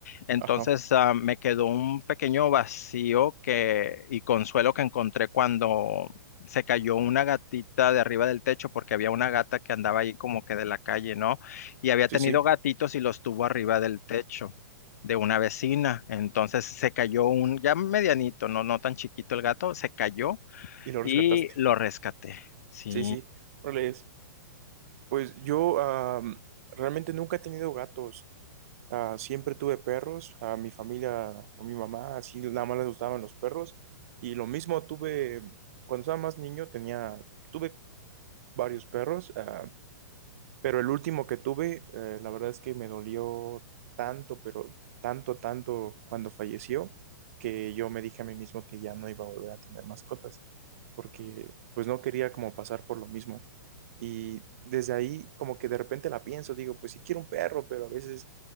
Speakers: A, on the left; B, on the right.
A: entonces,
B: Ajá.
A: ah, me quedó un pequeño vacío que, y consuelo que encontré cuando se cayó una gatita de arriba del techo, porque había una gata que andaba ahí como que de la calle, ¿no? Y había
B: Sí,
A: tenido
B: sí,
A: gatitos y los tuvo arriba del techo de una vecina. Entonces se cayó un, ya medianito, no, no tan chiquito el gato, se cayó
B: y lo
A: y
B: rescataste.
A: lo rescaté. Sí.
B: Sí, sí. Órale, es. Pues yo ah, realmente nunca he tenido gatos. Ah, siempre tuve perros. A mi familia, o mi mamá, así nada más les gustaban los perros. Y lo mismo tuve, cuando estaba más niño, tenía, tuve varios perros. ah, Pero el último que tuve, eh, la verdad es que me dolió tanto, pero tanto, tanto cuando falleció, que yo me dije a mí mismo que ya no iba a volver a tener mascotas, porque pues no quería como pasar por lo mismo. Y desde ahí como que de repente la pienso, digo, pues sí quiero un perro, pero a veces